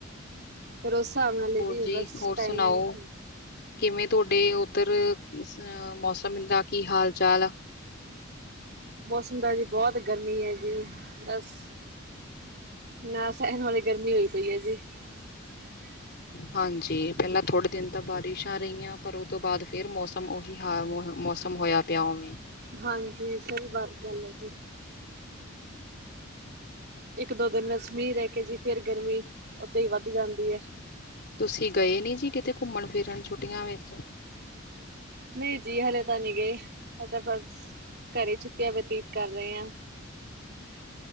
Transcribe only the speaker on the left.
ਹੋਰ
ਹੋਰ
ਸੁਣਾਓ? ਕਿਵੇਂ ਤੁਹਾਡੇ ਉੱਧਰ ਅ, ਮੌਸਮ ਦਾ ਕੀ ਹਾਲ- ਚਾਲ ਆ।।?
ਹਾਂਜੀ। ਪਹਿਲਾਂ ਥੋੜੇ ਦਿਨ ਤਾਂ ਬਾਰਿਸ਼ਾਂ ਰਹੀਆਂ ਪਰ ਉਹ ਤੋਂ ਬਾਅਦ ਫੇਰ ਮੌਸਮ ਉਹੀ ਹ ਮੌਸਮ। ਖਤਮ ਹੋਇਆ ਪਿਆ ਉਵੇਂ।
ਤੁਸੀਂ ਗਏ ਨੀ ਜੀ ਕਿਤੇ ਘੁੰਮਣ ਫਿਰਨ ਛੁੱਟੀਆਂ ਵਿੱਚ?